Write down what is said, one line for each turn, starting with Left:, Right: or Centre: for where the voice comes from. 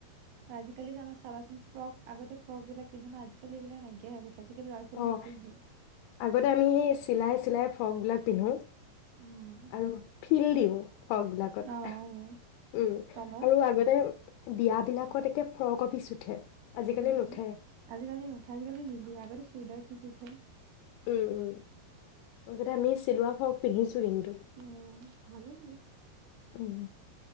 Right: অ' আজি কালি তাৰমানে চাবাচোন। ফ্ৰক আগতে ফ্ৰক বিলাক পিন্ধে ন। আজিকালি এইবিলাক নাইকিয়া হৈ গৈছে। আজিকালি ল'ৰা ছোৱালীয়ে
Left: অ'।
Right: নিপিন্ধে
Left: আগতে আমি সেই স্কু চিলাই চিলাই ফ্রক বিলাক পিন্ধো।
Right: উম
Left: আৰু ফীল দিওঁ। ফ্ৰক বিলাকত
Right: অ অ
Left: আহ উম
Right: তলত
Left: আৰু আগতে বিয়া বিলাকত একে ফ্ৰকৰ পিছ উঠে। আজিকালি
Right: উম।
Left: নুঠে,
Right: আজি কালি নুঠে। আজি কালি নিদিয়ে। আগতে চুইদাৰ পিছ উঠে।
Left: উম উম। আগতে আমি চিলোৱা ফ্ৰক পিন্ধিছো কিন্তু।
Right: উম, ভালো লাগে
Left: উম